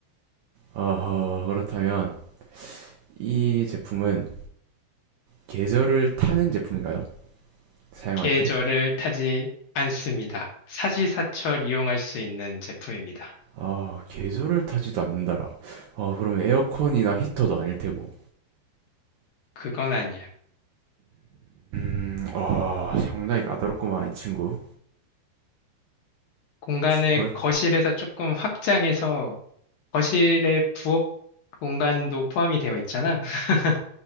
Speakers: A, on the right (about 70°); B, on the left (about 65°).
A: 어허 그렇다면 이 제품은 계절을 타는 제품인가요? 사용할
B: 계절을
A: 때?
B: 타지 않습니다. 사시사철 이용할 수 있는 제품입니다.
A: 아, 계절을 타지도 않는다라. 아, 그러면 에어컨이나 히터도 아닐 테고.
B: 그건 아니야.
A: 음, 아, 상당히 까다롭구만, 이 친구.
B: 공간을
A: 그렇,
B: 거실에서 조금 확장해서 거실의 부엌 공간도 포함이 되어 있잖아. <laughs>